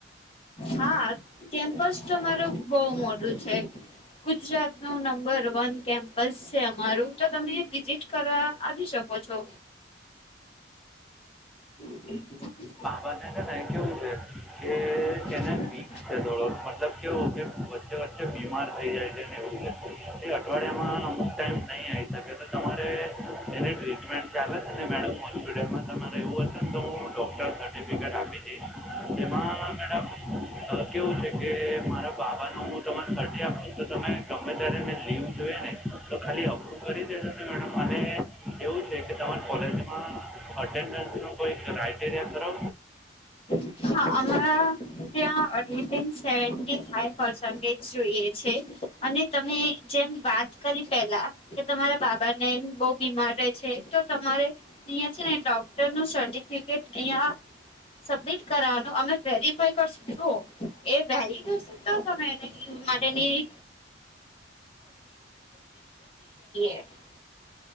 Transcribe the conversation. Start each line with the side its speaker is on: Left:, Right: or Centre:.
Left: હા કેમ્પસ તમારું બહ મોટું છે ગુજરાત નું નંબર વન કેમ્પસ છે અમારું તો તમે વિઝિટ કરવા આવી શકો ઓછો હમ
Centre: બ કેવું છે. કે એને
Left: હમ
Centre: બીક છે થોડોક મતલબ કેવું કે વચ્ચે વચ્ચે બીમાર થઈ જાય છે અઠવાડિયામાં અમુક ટાઈમ નહીં આવી શકે. તો તમારે એની ટ્રીટમેન્ટ ચાલે છે મેડમ હોસ્પિટલમાં તમારે એવું હશે ને તો હું ડૉક્ટર સર્ટિફિકેટ આપી દઈશ એમાં મેડમ અ, કેવું કે મારા બાબા ન હું તને સર્ટી આપું છું તો તમે ગમે ત્યારે લીવ જોઈએ ને તો ખાલી અપ્રુવ કરી દેજો ને મેડમ અને એવું છે કે તમાર કોલેજમાં અટેન્ડન્સ ન કોઈ ક્રાઈટેરિયા કરો?
Left: હા અમારે ત્યાં એટેન્ડનટ સેવેન્ટી ફાંઇવ પર્સેન્ટ જોઈએ છે અને તમે જેમ વાત કરી પેલા કે તમારા બાબા ને એમ બહ બીમારે છે તો તમારે અહિયાં છે ને ડોક્ટર નું સર્ટિફિકેટ અહિયા સબમિટ કરવાનું અમે વેરીફાય કરશું જૉઑ એ વેલિડ હસે તો તમે એને લીવ માટેની <unintelligible>